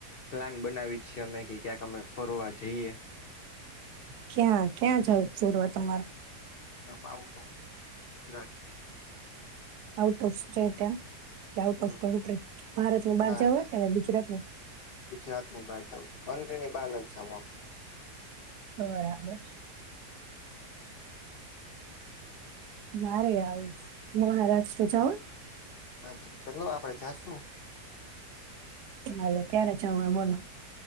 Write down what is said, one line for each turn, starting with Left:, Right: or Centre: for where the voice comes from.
Left: પ્લાન બનાવી છીએ અમે કે ક્યાંક અમે ફરવા જઈએ.
Right: ક્યાં ક્યાં જઉ ચોરવા તમારે
Left: નામ out of Gujarat
Right: out of state એમ કે આઉટ
Left: હમ
Right: ઓફ કન્ટ્રી ભારત ની બાર
Left: ના
Right: જવાય
Left: ના
Right: કેને ગુજરાત
Left: ગુજરાત ની બહાર જઉ છ કન્ટ્રી ની બાર નથી જાવ
Right: બરાબર. મારે આવું મહારાજ તો જાાવ
Left: હા તો ચલો આપડે જાશું
Right: હાલો ક્યારે જવ બોલો